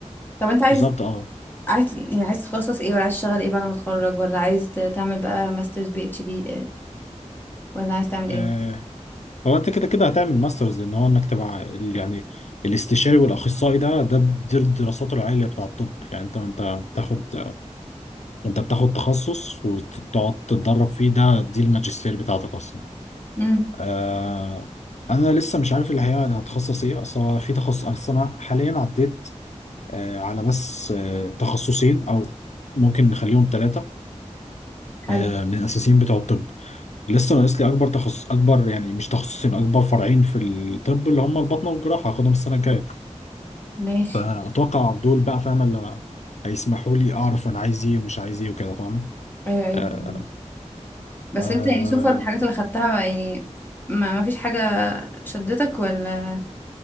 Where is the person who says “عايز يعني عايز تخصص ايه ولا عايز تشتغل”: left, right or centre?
Left